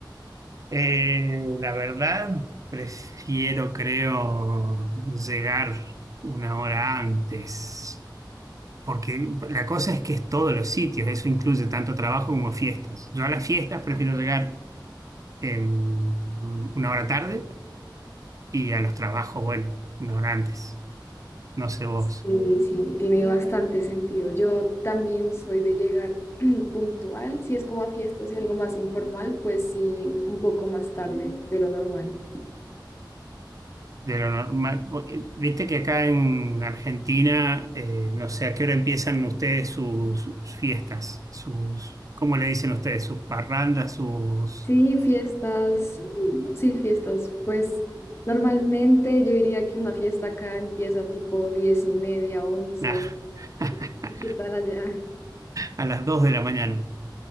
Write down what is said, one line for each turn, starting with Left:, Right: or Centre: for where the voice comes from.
Right: Eh, la verdad, prefiero, creo, llegar una hora antes, porque la cosa es que es todos los sitios, eso incluye tanto trabajo como fiestas. Yo a las fiestas prefiero llegar em, una hora tarde y a los trabajos, bueno, una hora antes. No sé vos.
Left: Sí, sí, tiene bastante sentido. Yo también soy de llegar <clears throat> puntual. Si es como a fiestas y algo más informal, pues sí, un poco más tarde de lo normal.
Right: de lo normal. Viste que acá en Argentina, eh, no sé a qué hora empiezan ustedes sus, sus fiestas, sus, ¿cómo le dicen ustedes? Sus parrandas, sus...
Left: Sí, fiestas, sí, fiestas. Pues normalmente yo diría que una fiesta acá empieza tipo diez y media, once.
Right: Nah. <laughs>
Left: ¿Y qué tal allá?
Right: A las 2 de la mañana.